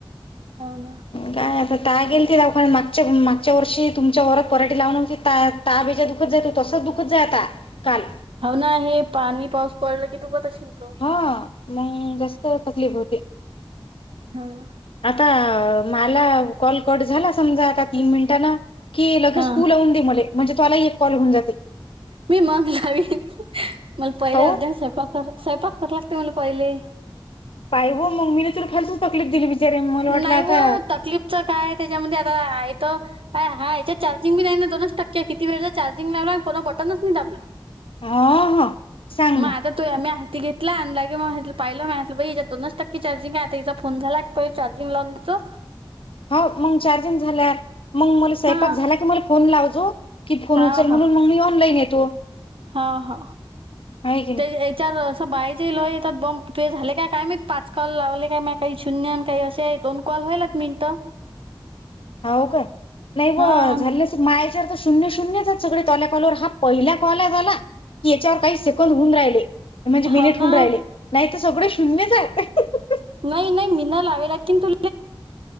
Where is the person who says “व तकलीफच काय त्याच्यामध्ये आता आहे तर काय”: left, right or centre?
Right